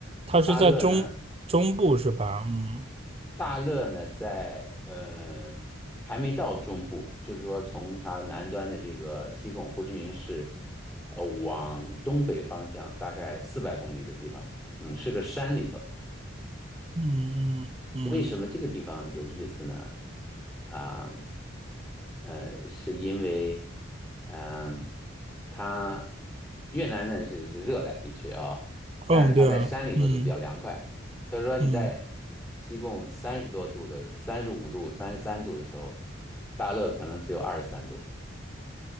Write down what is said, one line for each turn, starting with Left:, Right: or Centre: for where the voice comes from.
Right: 它是在中中部是吧？
Left: 大乐呢，
Right: 嗯
Left: 大乐呢，在呃还没到中部，就是说从它南端的这个西贡胡志明市，呃往东北方向大概四百公里的地方，嗯，是个山里头。
Right: 嗯嗯
Left: 为什么这个地方有意思呢？啊，呃，是因为，嗯、它越南呢是是热带地区啊，但是它在山里头就比较凉快，
Right: 嗯，嗯，对啊，嗯
Left: 所以说你在西贡三十多度的、
Right: 嗯
Left: 三十五度、三十三度的时候，大乐可能只有二十三度，